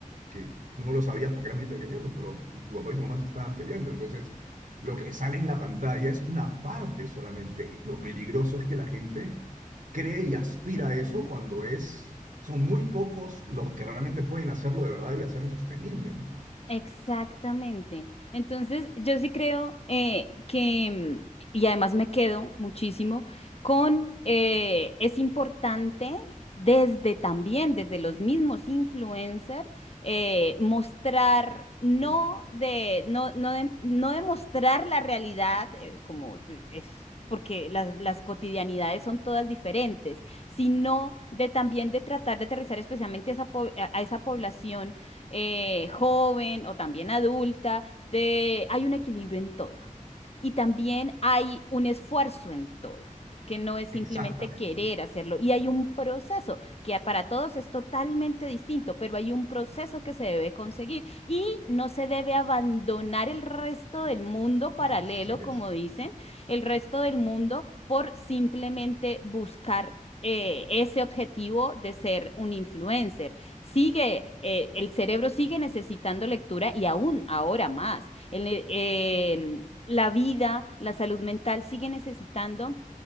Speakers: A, on the right; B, on the left.
A: que tú no lo sabías porque eras muy pequeño, pues, pero tu papá y tu mamá se estaban peleando. Entonces, lo que sale en la pantalla es una parte solamente. Lo peligroso es que la gente cree y aspira
B: ujú,
A: a eso cuando es, son muy pocos los que realmente pueden hacerlo de verdad y hacerlo sostenible, ¿no?
B: Exactamente. Entonces, yo sí creo eh, que, mm, y además me quedo muchísimo con, eh, es importante desde también, desde los mismos influencers, eh, mostrar, no
A: Sí.
B: de, no, no de, no de mostrar la realidad eh, como es. porque las, las cotidianidades son todas diferentes, sino de también de tratar de aterrizar especialmente a esa po- a- a esa población eh, joven o también adulta, de, hay un equilibrio en todo. Y también hay un esfuerzo en todo, que no es simplemente
A: Exactamente,
B: querer hacerlo. Y hay un proceso que para todos es totalmente distinto, pero hay un proceso que se debe conseguir y no se debe abandonar el resto del mundo paralelo,
A: así
B: como
A: es.
B: dicen, el resto del mundo por simplemente buscar eh, ese objetivo de ser un influencer sigue, eh, el cerebro sigue necesitando lectura y aún ahora más. El, eh, la vida, la salud mental sigue necesitando